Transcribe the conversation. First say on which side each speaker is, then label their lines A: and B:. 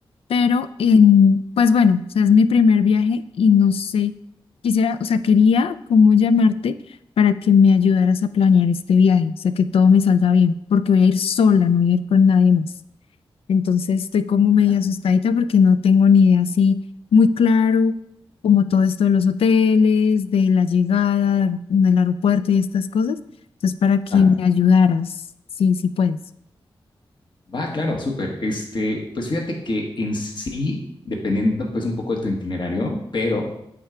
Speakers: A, on the left; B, on the left.
A: pero em, pues bueno, o sea, es mi primer viaje y no sé, quisiera, o sea, quería como llamarte para que me ayudaras a planear este viaje, o sea, que todo me salga bien, porque voy a ir sola, no voy a ir con nadie más. Entonces estoy como
B: ajá,
A: medio asustadita porque no tengo ni idea así muy claro como todo esto de los hoteles, de la llegada, del aeropuerto y estas cosas. Entonces para que
B: claro,
A: me
B: claro.
A: ayudaras, sí, sí puedes.
B: Va, claro, súper. Este, pues fíjate que en sí, dependiendo pues un poco de tu itinerario, pero